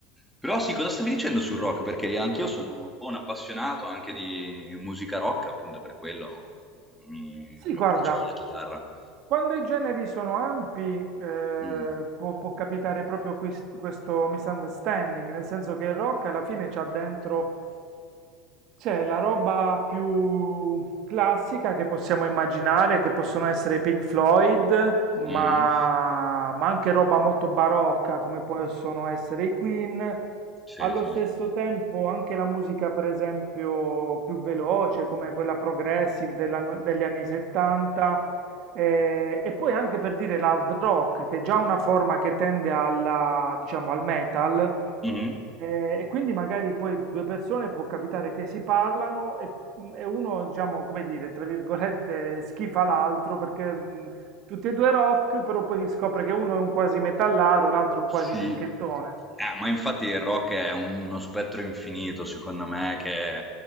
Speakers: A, in the centre; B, on the right.
A: Però sì, cosa stavi dicendo sul rock? Perché anch'io sono un po' un appassionato anche di musica rock, appunto per quello mi,
B: Sì,
A: mi
B: guarda,
A: approcciavo alla chitarra.
B: quando i generi sono ampi, eh,
A: Mm.
B: può, può capitare proprio quis- questo misunderstanding, nel senso che il rock alla fine c'ha dentro, c'è la roba più classica che possiamo immaginare, che possono essere i Pink Floyd, ma,
A: Mm.
B: ma anche roba molto barocca, come possono essere i Queen
A: Sì,
B: Allo
A: sì.
B: stesso tempo anche la musica, per esempio, più veloce, come quella progressive dell'anno- degli anni 70, eh, e poi anche per dire l'hard rock, che è già una forma che tende alla, diciamo, al metal,
A: Mm-hmm.
B: eh, e quindi magari poi due persone può capitare che si parlano e, e uno, diciamo, come dire, tra virgolette, schifa l'altro perché... mh, Tutti e due rock, però poi si scopre che uno è un quasi metallaro, l'altro è un quasi
A: Sì.
B: fricchettone.
A: Eh, ma infatti il rock è un- uno spettro infinito, secondo me,
B: Eh,
A: che eh,